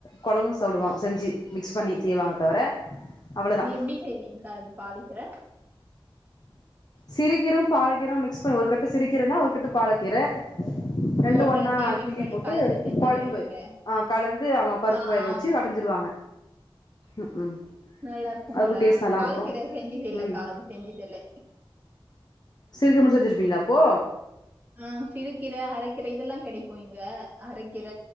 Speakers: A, on the left; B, on the right.
A: கொழம்பு சாப்டுவ செஞ்சி மிக்ஸ் பண்ணி செய்வாங்க தவர அவ்ளதா
B: நீ எப்டி செய்வீங்க்கா பாலக்கீர
A: சிறுகீரு பாலக்கீரு மிக்ஸ் பண்ணி ஒரு கட்டு சிறுக்கீரனா ஒரு கட்டு பாலக்கீர ரெண்டு
B: ஓ அப்படி
A: ஒன்னா
B: நெத்திய மிக்ஸ்
A: கிள்ளி
B: பண்ணி
A: போட்டு
B: கலந்து செஞ்சிருவீங்க
A: கொழம்பு அ கலந்து ஆமா பருப்பு
B: ஆ
A: வேக
B: ஆ,
A: வச்சு கடைஞ்சிருவாங்க ம் ம்
B: நல்லா இருக்கு
A: அதுக்கு
B: போல
A: டேஸ்ட் நல்லா
B: நா பாலக்கீர
A: இருக்கு
B: செஞ்சததில்லக்கா
A: ம்
B: அது செஞ்சதில்ல
A: சிறுகீரமட்டு செஞ்சிருப்பீங்ளாப்போ
B: ஆ சிறுகீர அரைக்கீர இதுல கெடைக்கு இங்க அரைக்கீர